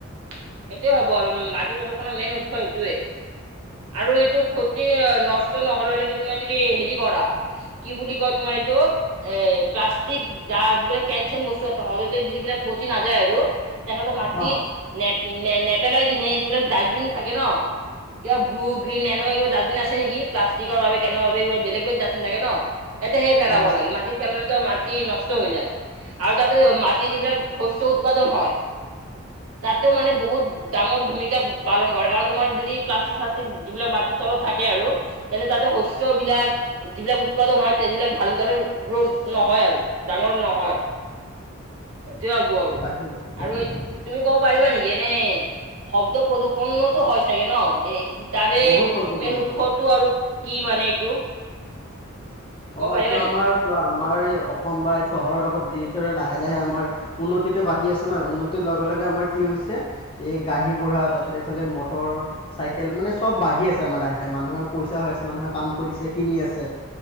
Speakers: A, on the right; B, on the left.
A: সেইটোয়ে হ'ব আৰু মাটি প্ৰদূষনৰ মেইন উৎস সেইটোৱেই। আৰু এইটো ক্ষতি নষ্ট নহ'লেকে তোমাৰ যদি হেৰি কৰা কি বুলি কয় তোমাৰ এইটো? এ, প্লাষ্টিক দাজ বিলাক কেন-চেন বস্তু আছে, সহজতে যিবিলাক পচি নাযায় আৰু <unintelligible> মাটিত
B: অ',
A: নেপ-নেপেলাই কিনে এই যিবিলাক ডাষ্টবিন থাকে ন, কিবা ব্লু, গ্ৰীণ এনেকুৱা কিবা ডাষ্টবিন আছে কে নেকি? প্লাষ্টিকৰ বাবে, কেনৰ বাবে বেলেগ-বেলেগ ডাষ্টবিন থাকে ন, তাতে সেই পেলাব
B: অ', আছে।
A: লাগে, মাটিত <unintelligible> মাটি নষ্ট হৈ যায়। আৰু তাতে মাটি যিবিলাক শস্য উৎপাদন হয়, তাতো মানে বহুত ডাঙৰ ভূমিকা পালন কৰে, কাৰণ তোমাৰ যদি প্লাষ্টিক-শ্লাষ্টিক যিবিলাক মাটিৰ তলত থাকে আৰু আৰু তেনে তাটো শস্য বিলাক যিবিলাক উৎপাদন হয়, তেবিলাক ভালদৰে গ্ৰ'থ নহয়, আৰু ডাঙৰ নহয়। সেইটোৱে হ'ব আৰু।
B: <inaudible>
A: আৰু তুমি ক'ব পাৰিবা নেকি? এনে শব্দ প্ৰদূষণতো হয়, চাগে ন? এই তাৰে
B: বহুত শব্দ প্ৰদূষণ
A: মেইন উৎসটো আৰু কি মানে এইটো? ক'ব
B: অ',
A: পাৰিবা
B: এইটো আমাৰ-আমাৰ
A: নেকি
B: এই অসম বা চহৰৰ লগত যিদৰে লাহে, লাহে আমাৰ উন্নতিটো বাঢ়ি আছে ন, উন্নতিৰ লগে, লগে আমাৰ কি হৈছে এই গাৰি বঢ়া, তাৰপিছত এইফালে মটৰ চাইকেল মানে চব বাঢ়ি আছে, মানে লাহে, লাহে মানুহৰ পইচা হৈ আছে মানুহে কাম কৰিছে কিনি আছে।